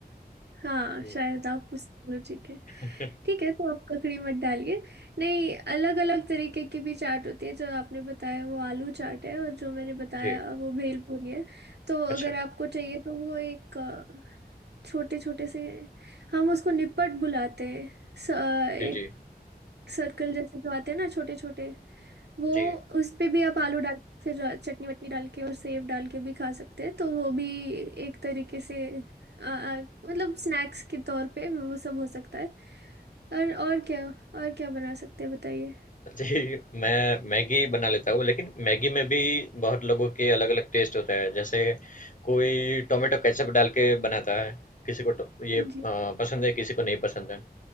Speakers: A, on the right (about 85°); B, on the left (about 50°).
A: हाँ
B: जी।
A: शायद आप पूछते हो ठीक है
B: <laughs>
A: ठीक है तो आप ककड़ी मत डालिए नहीं अलग अलग तरीके की भी चाट होती है जो आपने बताया वो आलू चाट है और जो मैंने बताया
B: जी,
A: वो भेलपूरी है तो
B: अच्छा।
A: अगर आपको चाहिए तो वो एक अ, छोटे छोटे से हम उसको निपट बुलाते हैं स, अ,
B: जी,
A: एक
B: जी।
A: सर्कल जैसे जो आते हैं ना छोटे छोटे वो
B: जी।
A: उस पे भी आप आलू डाल के फिर चटनी वटनी डाल के और सेव डाल के भी खा सकते हैं तो वो भी एक तरीके से आ, आ, मतलब स्नैक्स के तौर पे वो सब हो सकता है और और क्या और क्या बना सकते हैं बताइए
B: <laughs> जी, मैं मैगी बना लेता हूँ, लेकिन मैगी में भी बहुत लोगों के अलग-अलग टेस्ट होता है। जैसे कोई टोमेटो केचअप डाल के बनाता है, किसी को टो ये अ,
A: जी
B: पसंद है, किसी को नहीं पसंद है।